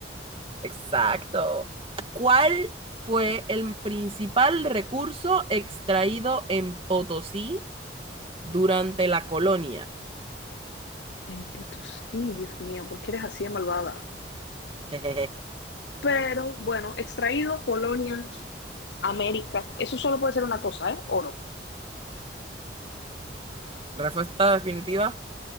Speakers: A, on the right (about 30°); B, on the left (about 75°).
A: Exacto. ¿Cuál fue el principal recurso extraído en Potosí durante la colonia?
B: El Potosí, Dios mío, ¿por qué eres así de malvada?
A: <laughs> Jejeje.
B: Pero bueno, extraído, Polonia, América. Eso solo puede ser una cosa, ¿eh? Oro.
A: Respuesta definitiva.